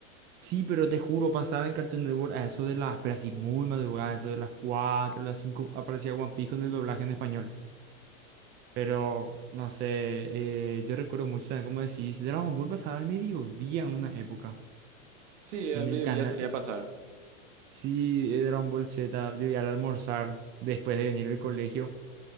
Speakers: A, on the right (about 25°); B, on the right (about 60°).
A: Sí, pero te juro, pasaba en Cartoon Network a eso de las. Pero así muy madrugada, eso de las 4 las 5 aparecía One Piece con el doblaje en español. Pero, no sé, eh, yo recuerdo mucho también, como decís, Dragon Ball pasaba al mediodía en una época.
B: Sí,
A: En
B: al mediodía
A: el canal.
B: solía pasar.
A: Sí, eh, Dragon Ball Z, yo iba al almorzar después de venir del colegio.